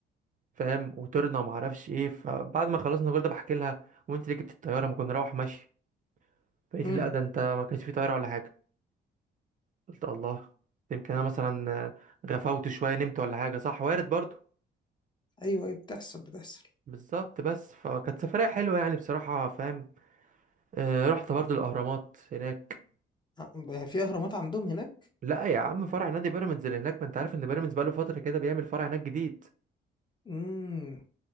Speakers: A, on the right (about 40°); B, on the left (about 20°).
A: فاهم وطرنا وما اعرفش ايه فبعد ما خلصنا كل ده بحكي لها وانت اللي جبت الطياره ما كنا نروح ماشي فقالت
B: امم
A: لي لا ده انت ما كانش في طياره ولا حاجه قلت الله يمكن انا مثلا غفوت شويه نمت ولا حاجه صح وارد برضو
B: ايوه ايوه بتحصل بتحصل
A: بالظبط بس فكانت سفريه حلوه يعني بصراحه فاهم آه، رحت برضو الاهرامات هناك
B: ع- في اهرامات عندهم هناك
A: لا يا عم فرع نادي بيراميدز اللي هناك ما انت عارف ان بيراميدز بقاله فتره كده بيعمل فرع هناك جديد
B: امم